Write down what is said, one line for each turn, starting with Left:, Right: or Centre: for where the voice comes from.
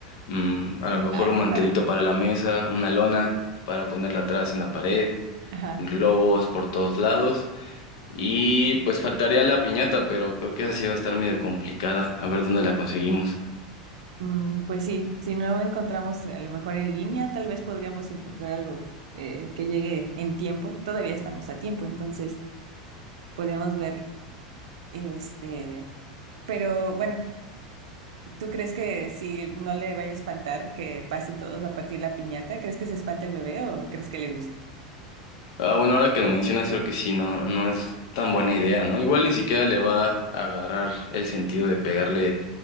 Left: Mm, a lo mejor
Right: Ay,
Left: un
Right: qué
Left: mantelito
Right: padre.
Left: para la mesa, una lona para ponerla atrás en la pared,
Right: Ajá.
Left: globos por todos lados. Y pues faltaría la piñata, pero creo que esa sí va a estar medio complicada. A ver dónde la conseguimos.
Right: Mm, pues sí, si no encontramos a lo mejor en línea, tal vez podríamos encontrar algo eh, que llegue en tiempo. Todavía estamos a tiempo, entonces podríamos ver, este, pero bueno. ¿Tú crees que si no le vaya a espantar que pasen todos a partir la piñata? ¿Crees que se espante el bebé o crees que le guste?
Left: Ah, bueno, ahora que lo mencionas, creo que sí, no, no es tan buena idea, ¿no? Igual ni siquiera le va a agarrar el sentido de pegarle